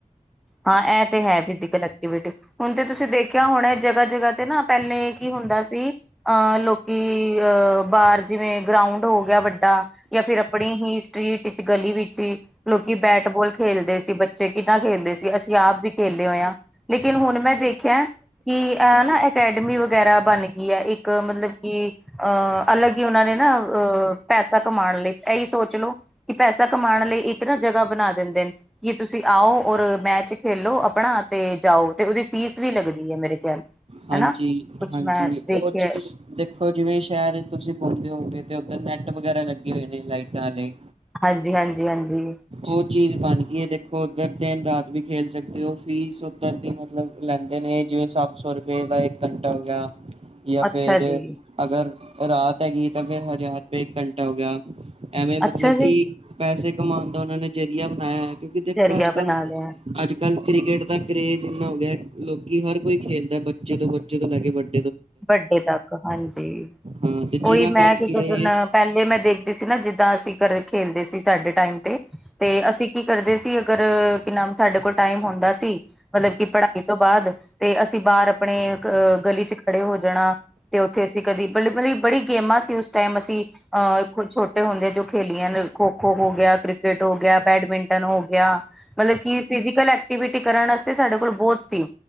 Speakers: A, in the centre; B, on the right.
A: ਹਾਂ, ਐਹ ਤੇ ਹੈ ਫਿਜ਼ੀਕਲ ਐਕਟੀਵਿਟੀ ਹੁਣ ਤੇ ਤੁਸੀਂ ਦੇਖਿਆ ਹੋਣਾ ਜਗਾ- ਜਗਾ ਤੇ ਨਾ, ਪੈਲੇ ਕੀ ਹੁੰਦਾ ਸੀ। ਆਹ ਲੋਕੀ, ਅਹ ਬਾਹਰ ਜਿਵੇਂ ਗਰਾਉਂਡ ਹੋ ਗਿਆ ਵੱਡਾ ਜਾਂ ਫੇਰ ਆਪਣੀ ਹੀ ਸਟ੍ਰਰੀਟ ਵਿੱਚ, ਗਲੀ ਵਿੱਚ ਹੀ ਲੋਕੀ ਬੈਟ-ਬੋਲ ਖੇਲਦੇ ਸੀ ਬੱਚੇ, ਕਿੰਨਾ ਖੇਲਦੇ ਸੀ। ਤੇ ਅਸੀਂ ਆਪ ਵੀ ਖੇਲੇ ਹੋਏ ਆਂ, ਲੇਕਿਨ ਹੁਣ ਮੈਂ ਦੇਖਿਆ ਕਿ ਐਹ ਨਾ ਅਕੈਡਮੀ ਵਗੈਰਾ ਬਣ ਗਈ ਐ ਇੱਕ ਮਤਲਬ ਕਿ ਅਹ ਅਲੱਗ ਹੀ ਉਹਨਾਂ ਨੇ ਨਾ, ਅਹ ਪੈਸਾ ਕਮਾਉਣ ਲਈ, ਇਹੀ ਸੋਚ ਲਓ ਕਿ ਪੈਸਾ ਕਮਾਉਣ ਲਈ ਇੱਕ ਨਾ ਜਗਹਾ ਬਣਾ ਦਿੰਦੇ ਨੇ, ਕਿ ਤੁਸੀਂ ਆਓ ਔਰ ਮੈਚ ਖੇਲੋ ਆਪਣਾ, ਤੇ ਜਾਓ, ਤੇ ਉਹਦੀ ਫੀਸ ਵੀ ਲੱਗਦੀ ਐ ਮੇਰੇ ਖਿਆਲ
B: ਹਾਂਜੀ-
A: ਹਨਾ ਕੁਛ
B: ਹਾਂਜੀ
A: ਮੈਂ ਦੇਖਿਆ
B: ਓ ਚੀਜ਼ ਦੇਖੋ ਜਿਵੇਂ ਸ਼ਹਿਰ ਵਿੱਚ ਤੁਸੀਂ ਪਾਉਂਦੇ ਹੋਗੇ, ਤੇ ਉੱਧਰ ਨੈੱਟ ਵਗੈਰਾ ਲੱਗੇ ਹੋਏ ਨੇ ਲਾਈਟਾਂ ਆਲੇ
A: ਹਾਂਜੀ-ਹਾਂਜੀ-ਹਾਂਜੀ
B: ਓ ਚੀਜ਼ ਬਣ ਗਈ ਐ ਦੇਖੋ ਉੱਧਰ ਦਿਨ ਰਾਤ ਵੀ ਖੇਲ ਸਕਦੇ ਓ, ਫੀਸ ਉੱਧਰ ਦੀ ਮਤਲਬ ਲੈਂਦੇ ਨੇ ਜਿਵੇਂ ਸੱਤ ਸੌ ਰੁਪਏ ਦਾ ਇੱਕ ਘੰਟਾ ਹੋ ਗਿਆ ਜਾਂ
A: ਅੱਛਾ
B: ਫੇਰ
A: ਜੀ
B: ਅਗਰ ਰਾਤ ਹੈਗੀ ਏ, ਤਾਂ ਫੇਰ ਹਜ਼ਾਰ ਰੁਪਏ ਇੱਕ ਘੰਟਾ ਹੋ ਗਿਆ, ਐਵੇਂ ਮਤਲਬ
A: ਅੱਛਾ ਜੀ
B: ਕਿ ਪੈਸੇ ਕਮਾਣ ਦਾ ਉਹਨਾਂ ਨੇ ਜ਼ਰੀਆ ਬਣਾਇਆ ਹੋਇਆ, ਕਿਉਂਕਿ ਦੇਖੋ
A: ਜ਼ਰੀਆ
B: ਅੱਜ
A: ਬਣਾ
B: -ਕੱਲ
A: ਲਿਆ
B: ਅੱਜ ਕੱਲ੍ਹ ਕ੍ਰਿਕਟ ਦਾ ਕਰੇਜ਼ ਇੰਨਾ ਹੋ ਗਿਆ ਲੋਕੀ ਹਰ ਕੋਈ ਖੇਲਦੈ ਬੱਚੇ ਤੋਂ ਬੱਚੇ ਤੋਂ ਲੈ ਕੇ ਵੱਡ
A: ਵੱਡੇ ਤੱਕ ਹਾਂਜੀ,
B: ਹਾਂ ਤੇ
A: ਉਹੀ
B: ਜਿਨਾਂ
A: ਮੈਂ
B: ਕਰਕੇ
A: ਕੀ <unintelligible> ਪਹਿਲੇ ਮੈਂ ਦੇਖਦੀ ਸੀ ਨਾ ਜਿੱਦਾਂ ਅਸੀਂ ਘਰੇ ਖੇਲਦੇ ਸੀ ਸਾਡੇ ਟਾਈਮ ਤੇ ਤੇ ਅਸੀਂ ਕੀ ਕਰਦੇ ਸੀ ਅਗਰ ਕਿ ਨਾਮ ਸਾਡੇ ਕੋਲ ਟਾਈਮ ਹੁੰਦਾ ਸੀ ਮਤਲਬ ਕਿ ਪੜ੍ਹਾਈ ਤੋਂ ਬਾਦ ਤੇ ਅਸੀਂ ਬਾਹਰ ਆਪਣੇ ਅ ਗਲੀ ਚ ਖੜੇ ਹੋ ਜਾਣਾ ਤੇ ਉੱਥੇ ਅਸੀਂ ਕਦੀ ਮਤਬ ਮਤਲਬ ਬੜੀ ਗੇਮਾਂ ਸੀ ਉਸ ਟੈਮ ਅਸੀਂ ਅਹ ਛੋਟੇ ਹੁੰਦੇ ਆ ਜੋ ਖੇਲੀਆਂ ਨੇ ਖੋ-ਖੋ ਹੋ ਗਿਆ ਕ੍ਰਿਕਟ ਹੋ ਗਿਆ, ਬੈਡਮਿੰਟਨ ਹੋ ਗਿਆ। ਮਤਲਬ ਕਿ ਫਿਜ਼ਕਲ ਐਕਟੀਵਿਟੀ ਕਰਨ ਆਸਤੇ ਸਾਡੇ ਕੋਲ ਬਹੁਤ ਸੀ।